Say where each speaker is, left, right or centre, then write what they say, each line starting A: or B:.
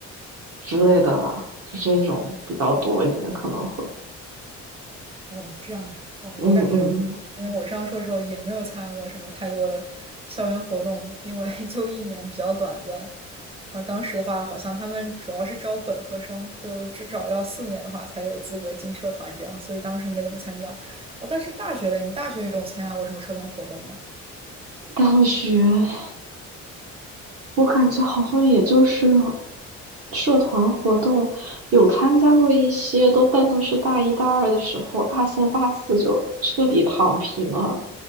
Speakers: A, on the right; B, on the right.
A: 之类的吧，就这种比较多一点，可能会，
B: 哦，这样啊，哦，
A: 嗯嗯，
B: 我感觉，
A: 嗯
B: 反正我上硕的时候也没有参加过什么太多的校园活动，因为 <laughs> 就一年比较短暂。而当时的话，好像他们主要是招本科生，就是至少要四年的话才有资格进社团这样，所以当时没怎么参加。哦，但是大学嘞，你大学有参加过什么社团活动吗？
A: 大学。我感觉好像也就是社团活动有参加过一些，都但都是大一大二的时候，大三大四就彻底躺平了，